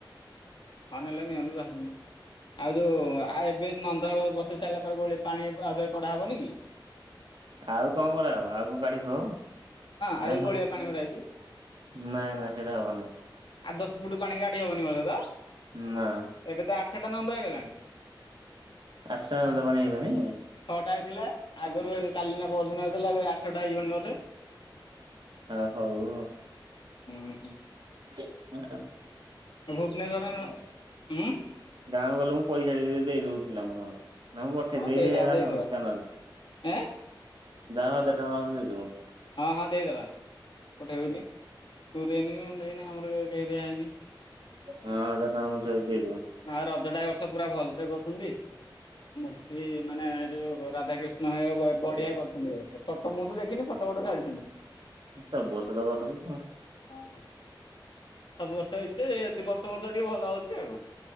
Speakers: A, on the left (about 70°); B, on the right (about 70°).
A: ପାଣି ନେଲେ ନି ମୁଁ ଯାଣିନେହିଁ। ଆଉ ଯୋଉ ଆଉ ଏବେ ନନ୍ଦ ବସେଇ ସାରିଲା ପରେ ଗୋଳି ପାଣି ଆଉଥରେ କଡା ହବନି କି?
B: ଆଉ କଣ କଢାହବ ଆଉ କଣ କାଢି ହବ।
A: ଆଉ
B: ହଁ
A: ଯୋଉ
B: ହଁ
A: ଗୋଳିଆ ପାଣି ଗୁରା ହେଇଛି
B: ନା ନା ହେରା ହବନି ଆଉ।
A: ଆଠ ଦଶ ଫୁଟୁ ପାଣି କାଢି ହବନି ବୋଧେ ତ।
B: ନା
A: ଏବେ ତ ଆଠଟା ନନ୍ଦ ହେଇଗଲାଣି
B: ଆସାକନ୍ତର ପାଣି ହେଇଗଲାଣି?
A: ଛଅଟା ହେଇଥିଲା ଆଗରୁ କାଲି ନା ପରଦିନ ହେଇଥିଲା ଏବେ ଆଠଟା ହେଇଜୀବଣି ବୋଧେ।
B: ଚା ହୋଉ।
A: ଉଁ ହୁଁ।
B: ହଁ। <unintelligible>
A: ଭୁବନେଶ୍ୱରରେ ହୁ
B: ଗାଁକୁ ଗଲେ ମୁଁ ପଇସା ଦେଇିଦେବୀ ଦେଇଦବୁ ପିଲାଙ୍କୁ ହଁ। ନା ମୁଁ ପଠେଇଦେବି
A: ହଁ ଦେଇଦବା ଦେଇଦବା
B: ସ୍କାନରରେ
A: ଏଁ
B: ଦାଦା ହଜାର ଟଙ୍କା ନଦ ତୁ। <unintelligible>
A: ହଁ ହଁ ଦେଇଦେବା ପଠେଇବୁନି ତୁ ଦେଇନି କି ମୁଁ ଦେଇନି ଆମର କେହି ଦିଆ ହେଇନି।
B: ହଁ ହଜାର ଟଙ୍କା ଉଠେଇ ଦେଇଦେବା।
A: ଆଁ ରଜ ଟା ଏ ବର୍ଷ ପୁରା ଭଲ ସେ କରୁଛନ୍ତି ମୂର୍ତ୍ତି ମାନେ ଏ ଯୋଉ ରାଧାକୃଷ୍ଣ। ନାଇଁ ବଢ଼ିଆ କରିଛନ୍ତି ଏ ବର୍ଷ ଫଟ ମୁଁ ବି ଦେଖିନି ଫଟ ଫଟ ଛାଡିଛନ୍ତି।
B: ସବୁ ବର୍ଷ ତ କରୁଛନ୍ତି।
A: ହଁ ସବୁ ବର୍ଷ ହେଇଛି ଯେ ଏହି ବର୍ଷ ବର୍ଷ ଟିକେ ଭଲ ହଉଛି ଆଉ କଣ।